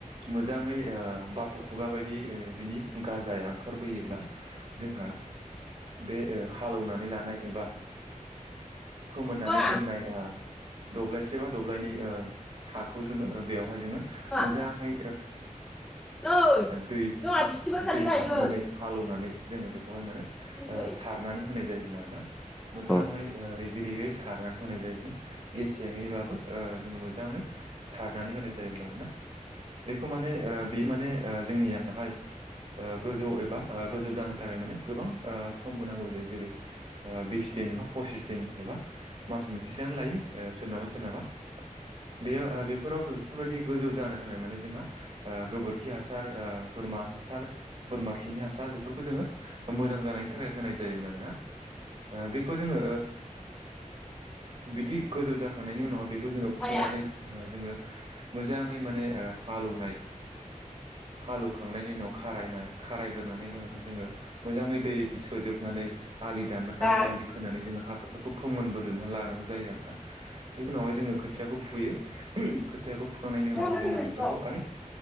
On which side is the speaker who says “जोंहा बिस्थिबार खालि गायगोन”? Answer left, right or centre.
Centre